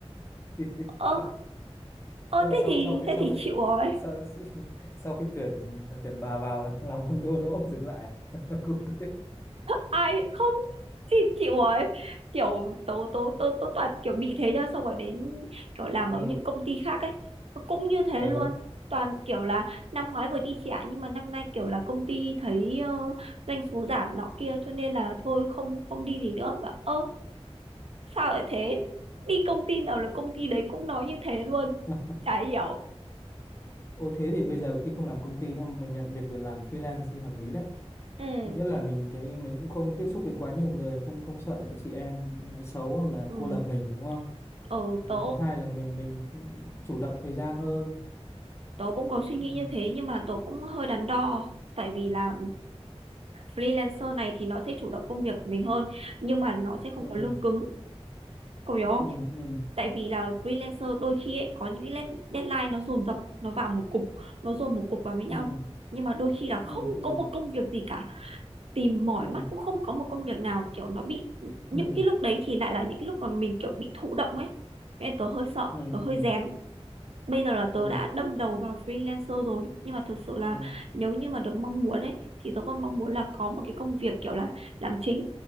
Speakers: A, on the left (about 25°); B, on the right (about 65°).
A: <laughs>
B: ơ ơ
A: tức là
B: thế
A: sau
B: thì
A: sau khi
B: thế
A: sau
B: thì
A: khi
B: chịu rồi
A: sau, <laughs> sau khi tuyển tuyển bà vào là làm ăn thua lỗ <laughs> dừng lại à? <laughs> Cũng-
B: ai không chị chịu ấy kiểu tố tố tố tố toàn kiểu bị thế nhá xong rồi đến kiểu làm
A: ừ.
B: ở những công ty khác ấy cũng như thế
A: ừ.
B: luôn toàn kiểu là năm ngoái vừa đi trả nhưng mà năm nay kiểu là công ty thấy ờ, doanh số giảm nọ kia cho nên là thôi không không đi gì nữa và ơ sao lại thế đi công ty nào là công ty đấy cũng nói như thế luôn
A: <laughs>
B: chả hiểu
A: Ô thế thì bây giờ khi không làm công ty đâu mình nhận việc về làm freelance thì hợp lý đấy
B: Ừ.
A: nhất là mình cái mình cũng không tiếp xúc với quá nhiều người không không sợ cái chị em nói xấu hoặc là
B: ừ
A: cô lập mình đúng không
B: ờ tớ
A: và thứ hai là mình mình chủ động thời gian hơn
B: tớ cũng có suy nghĩ
A: ừ
B: như thế nhưng mà tớ cũng hơi đắn đo tại vì là freelancer này thì nó sẽ chủ động công việc của mình hơn nhưng mà nó sẽ không
A: ừ
B: có lương cứng cậu hiểu không
A: ừ ừ
B: tại vì là freelancer đôi khi ấy, có những cái lết- deadline nó dồn dập nó vào một cục nó dồn một cục vào với nhau
A: ừ
B: nhưng mà đôi khi là không
A: ừ ừ
B: có một công việc gì cả tìm mỏi
A: ừ
B: mắt cũng không có một công việc nào kiểu nó bị những
A: ừ
B: cái lúc đấy thì lại là những cái lúc mà mình kiểu bị thụ động ấy nên tớ hơi sợ
A: ừ ừ
B: tớ hơi
A: ừ
B: rén bây giờ là tớ
A: ừ
B: đã đâm đầu vào freelancer rồi nhưng mà thực sự là
A: ừ
B: nếu như mà được mong muốn ấy thì tớ còn mong muốn là có một cái công việc kiểu là làm chính